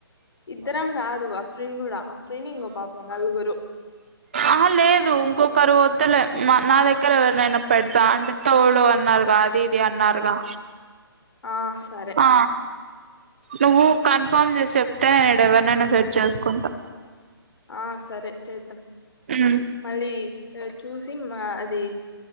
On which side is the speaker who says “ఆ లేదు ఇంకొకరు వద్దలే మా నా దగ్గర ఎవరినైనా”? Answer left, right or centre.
Right